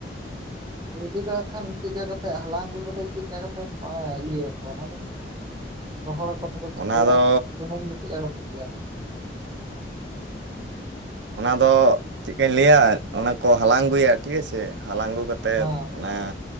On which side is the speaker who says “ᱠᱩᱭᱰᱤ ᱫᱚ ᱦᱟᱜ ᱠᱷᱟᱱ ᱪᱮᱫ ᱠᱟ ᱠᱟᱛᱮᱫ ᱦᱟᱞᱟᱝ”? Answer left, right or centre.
Right